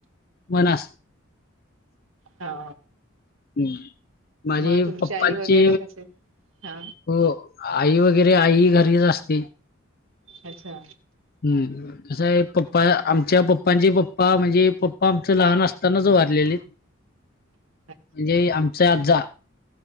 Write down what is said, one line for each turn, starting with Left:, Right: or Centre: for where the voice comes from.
Left: मन असत
Right: हा
Left: ह् माझी
Right: मग तुमची
Left: पप्पांची
Right: आई वगैरे कसे हा
Left: हो आई वगैरे आई घरीच असते
Right: अच्छा
Left: हम्म कसं आहे पप्पा आमच्या पप्पांचे पप्पा म्हणजे पप्पा आमचं लहान असतानाच वारलेले
Right: <unintelligible>
Left: म्हणजे आमचा आजजा